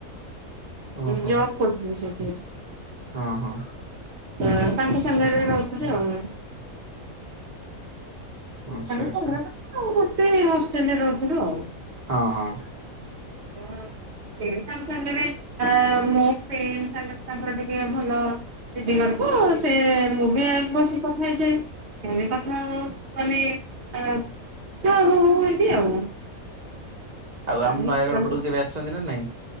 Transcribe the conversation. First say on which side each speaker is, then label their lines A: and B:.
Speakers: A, on the right (about 30°); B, on the right (about 55°).
A: ଓହୋ
B: ଜବ୍ କରୁଥିଲି ସେଠି।
A: ହଁ ହଁ।
B: ତ, ତାଙ୍କ ସାଙ୍ଗରେ ରହୁଥିଲି ଆଉ।
A: ଆଚ୍ଛା
B: ତାଙ୍କୁ
A: ଆଚ୍ଛା
B: <unintelligible> ଆଉ ଗୋଟେ ହଷ୍ଟେଲରେ ରହୁଥୁଲୁ ଆଉ।
A: ହଁ ହଁ।
B: <unintelligible> ଏ ତାଙ୍କ ସାଙ୍ଗେରେ ଏ ମୋ ଫ୍ରେଣ୍ଡ୍ ସାଙ୍ଗେରେ ତାଙ୍କର ଟିକିଏ ଭଲ। ଦିଦିଘର କୁ ସେ ମୁଁ ବି ବସିକି କଥା ହେଇଯାଏ। ଏମିତି କଥା ହଉ ହଉ ତମେ ଅ ଯୋଉ ହଉ ହଉ ହେଇଚି ଆଉ।
A: ଆଉ ଆମ୍
B: ମିଶିଗଲୁ
A: ନୟାଗଡ଼ ପଟକୁ କେବେ ଆସିଛନ୍ତି ନା ନାଇଁ?